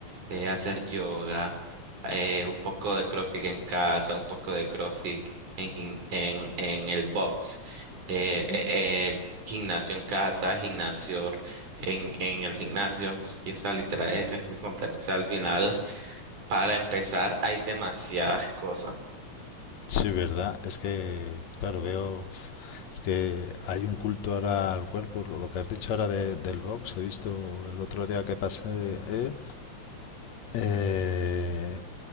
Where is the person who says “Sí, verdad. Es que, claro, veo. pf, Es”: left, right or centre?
Left